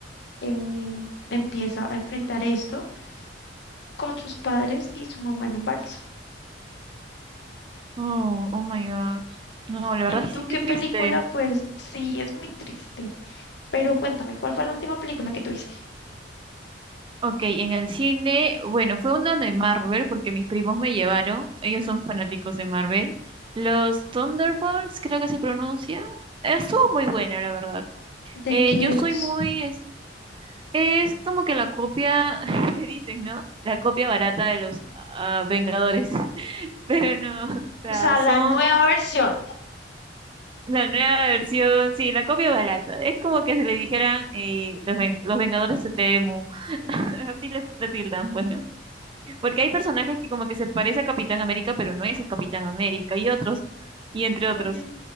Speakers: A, on the left; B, on the right.
A: eh, empieza a enfrentar esto con sus padres y su mamá en embarazo.
B: Oh, oh my God. No, la
A: ¿Y
B: verdad
A: tú
B: es que sí
A: qué
B: que triste.
A: película fue? el- Sí, es muy triste. Pero cuéntame, ¿cuál fue la última película que tuviste?
B: Ok, en el cine, bueno, fue una de Marvel porque mis primos me llevaron, ellos son fanáticos de Marvel. Los Thunderbolts, creo que se pronuncia. eh, Estuvo muy buena, la verdad.
A: ¿De
B: Eh,
A: qué
B: yo soy
A: es?
B: muy... Es, es como que la copia, <laughs> me dicen, ¿no? La copia barata de los ah, Vengadores. <laughs> Pero no, o sea,
A: O sea,
B: son
A: la nueva versión.
B: la nueva versión, sí, la copia barata. Es como que se le dijeran eh, los, Ven- los Vengadores de Temu. <laughs> Así le, le tildan, bueno Porque hay personajes que como que se parece a Capitán América, pero no es el Capitán América, y otros, y entre otros.
A: okay